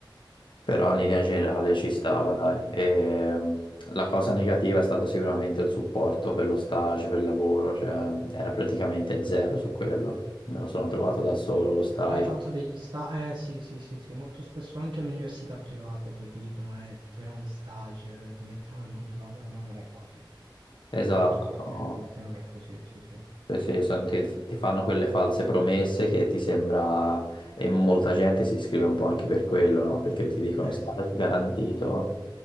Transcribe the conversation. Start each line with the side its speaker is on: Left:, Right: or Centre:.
Left: però in linea generale ci stava,
Right: capito.
Left: dai. E, mm, la cosa negativa è stato sicuramente il supporto per lo stage, per il lavoro, cioè mm, era praticamente zero su quello. Me lo sono trovato da solo lo stage.
Right: Hai fatto degli stage? Eh sì, sì, sì, sì, molto spesso anche alle università private poi ti dicono eh, ti troviamo gli stage, eh, ti mettiamo nel mondo del lavoro, ma non è così. eh.
Left: Esatto,
Right: La maggior parte
Left: no.
Right: delle volte non è così, sì, sì.
Left: Sì, sì, sono- ti, ti fanno quelle false promesse che ti sembra, e molta gente si iscrive un po' anche per quello, no? Perché ti dicono
Right: Eh
Left: stage
Right: sì, sì,
Left: garantito.
Right: sì, sì,